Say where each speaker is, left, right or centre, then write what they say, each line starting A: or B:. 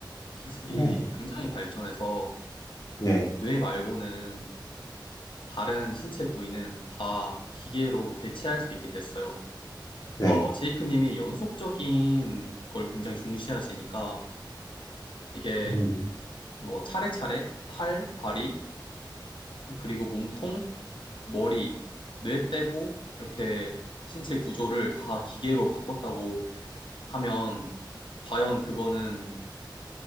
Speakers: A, on the left; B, on the left.
A: 기술이
B: 네.
A: 굉장히 발전해서
B: 네.
A: 뇌 말고는 다른 신체 부위는 다 기계로 대체할 수 있게 됐어요.
B: 네.
A: 어, 제이크 님이 연속적인 걸 굉장히 중시하시니까 이게
B: 음,
A: 뭐 차례차례 팔, 다리, 그리고 몸통, 머리, 뇌 빼고 이렇게 신체 구조를 다 기계로 바꿨다고 하면 과연 그거는